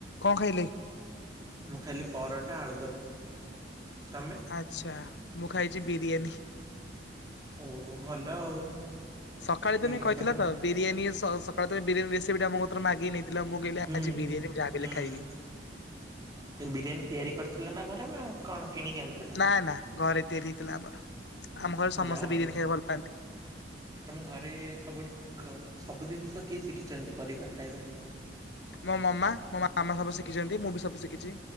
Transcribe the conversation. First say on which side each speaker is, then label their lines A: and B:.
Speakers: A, on the left; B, on the right.
A: କଣ ଖାଇଲେ?
B: ମୁଁ ଖାଇଲି ପରଟା, ଆଳୁଦମ ତ
A: ଆଚ୍ଛା ମୁଁ ଖାଇଛି ବିରିୟାନୀ।
B: ଓହୋ ଭଲ ଆଉ।
A: ସକାଳେ
B: ବିରିୟାନୀ
A: ତମେ କହିଥିଲ
B: ଖାଉଛନ୍ତି
A: ତ ବିରିୟାନୀ ସ ସକାଳେ ତମେ ବିରିୟାନୀ ରେସିପି ଟା ମୋ କତିରୁ ମାଗିକି ନେଇ ଥିଲ ମୁଁ କହିଲି
B: ହୁଁ
A: ଆଜି ବିରିୟାନି
B: ହୁଁ
A: ମୁଁ ଯାହା ବି
B: ହୁଁ।
A: ହେଲେ ଖାଇବି।
B: ବିରିୟାନୀ ତିଆରି କରିଥିଲ ନା ଘରେ ନା କଣ କିଣିକି ଆଣିଥିଲ?
A: ନା ନା ଘରେ ତିଆରି ହେଇଥିଲା ଆମର ଆମ ଘରେ ସମସ୍ତେ
B: ଯାହା
A: ବିରିୟାନୀ
B: ହଉ
A: ଖାଇବାକୁ ଭଲ ପାଆନ୍ତି।
B: ତମ ଘରେ ସବୁଠୁ ସବୁ ଜିନିଷ କିଏ ଶିଖିଛନ୍ତି କରିବା ଖାଇବା?
A: ମୋ ମାମା ମୋ ମାମା ସବୁ ଶିଖିଛନ୍ତି ମୁଁ ସବୁ ଶିଖିଚି